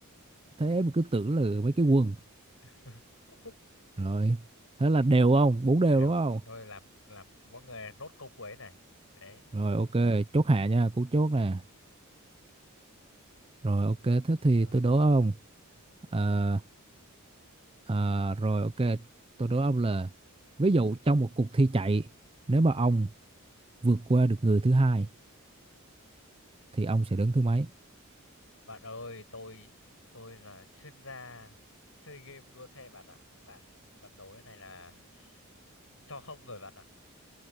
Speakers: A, on the right; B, on the left.
A: thế mà cứ tưởng là mấy cái quần
B: <laughs>
A: rồi thế là đều không bốn đều
B: đều
A: đúng không
B: thôi làm làm mỗi người nốt câu cuối này đấy
A: rồi ok
B: Được.
A: chốt hạ nha cú chốt nè rồi ok thế thì
B: rồi
A: tôi đố ông Ờ, ờ, rồi ok tôi đố ông là ví dụ trong một cuộc thi chạy nếu mà
B: Ờ,
A: ông vượt qua được người thứ hai thì ông sẽ đứng thứ mấy
B: bạn ơi tôi tôi là chuyên gia chơi game đua xe bạn ạ bạn bạn đố cái này là cho không rồi bạn ạ